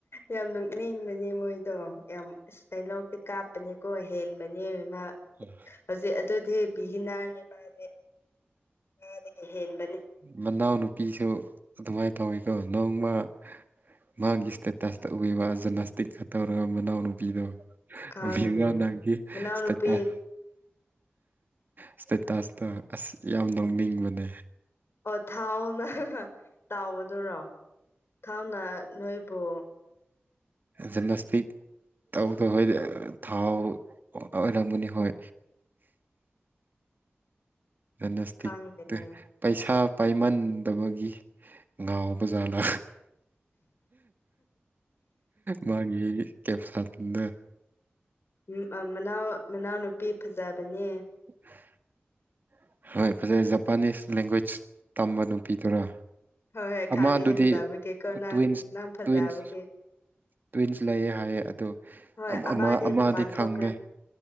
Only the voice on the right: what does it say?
ꯎꯝ
ꯃꯅꯥꯎꯅꯨꯄꯤꯁꯨ ꯑꯗꯨꯃꯥꯏ ꯇꯧꯋꯤꯀꯣ ꯅꯣꯡꯃ ꯃꯥꯥꯡꯒꯤ ꯏꯁꯇꯦꯇꯁꯇꯥ ꯎꯌꯦꯕ ꯖꯦꯅꯁꯇꯤꯛ ꯀꯥ ꯇꯧꯔꯒ ꯃꯅꯥꯎꯅꯨ ꯄꯤꯗꯣ
ꯕꯤꯕꯥ ꯅꯪꯒꯤ
ꯏꯁꯇꯦꯇꯁ ꯏꯁꯇꯦꯇꯥꯁꯇ ꯑꯁ ꯌꯥꯝ ꯅꯣꯛꯅꯤꯡꯕꯅꯦ
ꯖꯤꯝꯅꯥꯁꯇꯤꯛ ꯇꯧꯗ ꯍꯣꯏꯗ ꯊꯥꯎ ꯑꯣꯏꯔꯝꯒꯅꯤ ꯍꯣꯏ ꯖꯅꯁꯇꯤꯛꯇ‌ꯩ
ꯄꯩꯁꯥ ꯄꯥꯏꯃꯟꯗꯕꯒꯤ ꯉꯥꯎꯕ ꯖꯥꯂꯥ ꯃꯥꯒꯤ ꯀꯦꯞꯁꯟꯗ
<inaudible> ꯍꯣꯏ ꯐꯖꯩ ꯖꯄꯥꯅꯤꯁ ꯂꯦꯡꯒ꯭ꯋꯦꯖ ꯇꯝꯕ ꯅꯨꯄꯤꯗꯨꯔꯥ
ꯑꯃꯗꯨꯗꯤ
ꯇ꯭ꯋꯤꯟꯁ
ꯇ꯭ꯋꯤꯟꯁ ꯇ꯭ꯋꯤꯟꯁ ꯂꯩꯌꯦ ꯍꯥꯏꯌꯦ ꯑꯗꯨ
ꯑꯃ‌ ꯑꯃꯗꯤ
ꯈꯪꯗꯦ